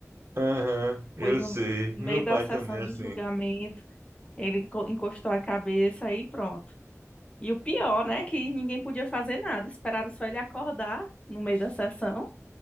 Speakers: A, on the right; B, on the left.
A: Aham, eu
B: Pois no,
A: sei.
B: no
A: Meu
B: meio da
A: pai
B: sessão
A: também é
B: de
A: assim.
B: julgamento, ele co- encostou a cabeça e pronto. E o pior, né, que ninguém podia fazer nada, esperaram só ele acordar no meio da sessão